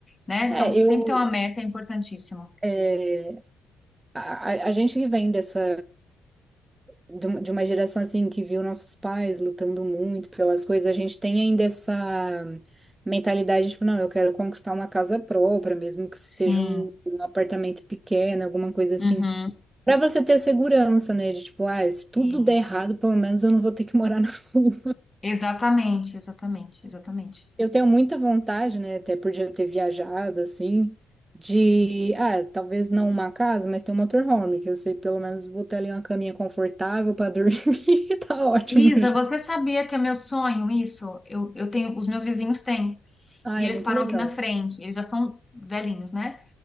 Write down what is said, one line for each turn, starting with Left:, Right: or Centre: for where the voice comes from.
Left: né? Então,
Right: É, eu.
Left: sempre ter uma meta é importantíssimo.
Right: é, A, a a gente que vem dessa, de uma de uma geração assim que viu nossos pais lutando muito pelas coisas, a gente tem ainda essa mentalidade, tipo, não, eu quero conquistar uma casa própria, mesmo que seja
Left: Sim.
Right: um, um apartamento pequeno, alguma coisa assim.
Left: Uhum.
Right: Pra você ter a segurança, né? De tipo, ah, se tudo
Left: Sim.
Right: der errado, pelo menos eu não vou ter que morar na rua.
Left: Exatamente, exatamente, exatamente.
Right: Eu tenho muita vontade, né, até por já ter viajado, assim, de, ah, talvez não uma casa, mas ter um motorhome, que eu sei pelo menos vou ter ali uma caminha confortável pra dormir, <laughs> tá ótimo
Left: Isa,
Right: já.
Left: você sabia que é meu sonho isso? Eu, eu tenho, os meus vizinhos têm.
Right: Ah,
Left: E eles
Right: é muito
Left: param
Right: legal.
Left: aqui na frente. Eles já são velhinhos, né?